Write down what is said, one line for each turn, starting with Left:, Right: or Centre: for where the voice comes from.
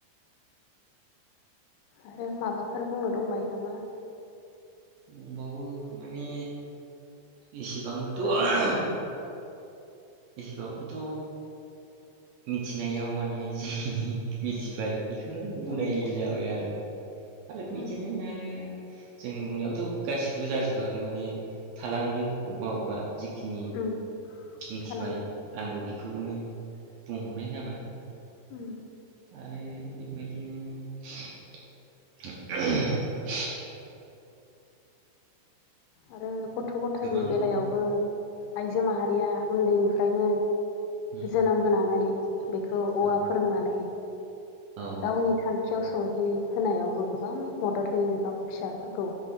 Left: आरो माबाफोर बुंनो दंबायो नामा?
Right: बुंंबावो माने बेसेबांथ' <unintelligible> एसेबांबोथ' मिथिनायाव माने जिखिनि मिथिबाय बेखौनो बुंनाय
Left: उम
Right: जाबाय आरो आरो
Left: उम
Right: बिदिनो आरो जोंनि बुंनायावथ' गासिबो जाजोबाखै माने थालांदों अबबा अबबा जिखिनि
Left: उम
Right: मिथिबाय
Left: थालांदों
Right: आंबो बि खौनो बुंहरनाय जाबाय।
Left: उम
Right: आरो इ <unintelligible> दिनो <unintelligible> <unintelligible>
Left: आरो ग गथ गथायनि
Right: गोबां
Left: बेलायावबो
Right: दंबावो
Left: आइजो माहारिया उन्दैनिफ्रायनो
Right: उम
Left: जोनोम होनानै बेखौ औवा
Right: औ
Left: फोरोंनानै
Right: औ
Left: गावनि थां खाथियाव सौहै होनायावबो गोबां मदद होयो। गावनि फिसाफोरखौ